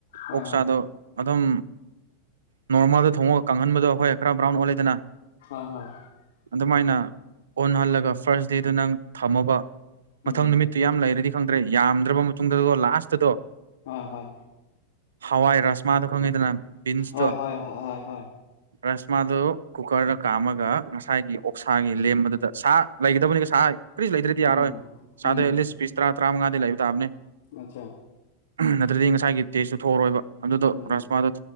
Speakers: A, on the left; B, on the right.
A: ꯍꯣꯏ
B: ꯑꯣꯛ
A: ꯍꯣꯏ
B: ꯆꯥꯗꯣ ꯑꯗꯨꯝ ꯅꯣꯔꯃꯜꯗ ꯊꯣꯡꯉꯒ ꯀꯥꯡꯍꯟꯕꯗꯣ ꯍꯣꯏ ꯈꯔ ꯕ꯭ꯔꯥꯎꯟ ꯑꯣꯜꯂꯦꯗꯅ
A: ꯍꯣꯏ ꯍꯣꯏ
B: ꯑꯗꯨꯃꯥꯏꯅ ꯑꯣꯟꯍꯜꯂꯒ ꯐꯥꯔꯁ ꯗꯦꯗꯨ ꯅꯪ ꯊꯝꯃꯕ
A: ꯎꯝ
B: ꯃꯊꯪ ꯅꯨꯃꯤꯠꯇꯨ ꯌꯥꯝ ꯂꯩꯔꯗꯤ ꯈꯪꯗ꯭ꯔꯦ ꯌꯥꯝꯗ꯭ꯔꯕ ꯃꯇꯨꯡꯗ ꯂꯥꯁꯇꯗꯣ
A: ꯍꯣꯏ ꯍꯣꯏ
B: ꯍꯋꯥ ꯔꯁꯃꯥꯗ ꯈꯪꯗꯅ ꯕꯤꯟꯁ
A: ꯍꯣꯏ
B: ꯇꯣ
A: ꯍꯣꯏ ꯍꯣꯏ ꯍꯣꯏ ꯍꯣꯏ
B: ꯔꯁꯃꯥꯗꯨꯣ ꯀꯨꯀꯔꯗ ꯀ ꯀꯥ ꯑꯃꯒ ꯉꯁꯥꯏꯒꯤ ꯑꯣꯛꯁꯥꯒꯤ ꯂꯦꯝꯕꯗꯨꯗ ꯁꯥ ꯂꯩꯒꯗꯕꯅꯤꯒ ꯁꯥ ꯀꯔꯤꯁꯨ ꯂꯩꯗ꯭ꯔꯗꯤ ꯌꯥꯔꯣꯏ
A: ꯎꯝ
B: ꯁꯥꯗ
A: ꯎꯝ
B: ꯂꯤꯁ ꯄꯤꯁ ꯇꯔꯥ ꯇꯔꯥꯃꯉꯥꯗꯤ ꯂꯩꯕ ꯇꯥꯕꯅꯦ
A: ꯑꯆꯥ
B: ꯅꯠꯇ꯭ꯔꯗꯤ ꯉꯁꯥꯏꯒꯤ ꯇꯦꯁꯁꯨꯨ ꯊ ꯊꯣꯛꯔꯣꯏꯕ ꯑꯗꯨꯗꯣ
A: ꯎꯝ
B: ꯔꯁꯃꯥꯗꯨꯣ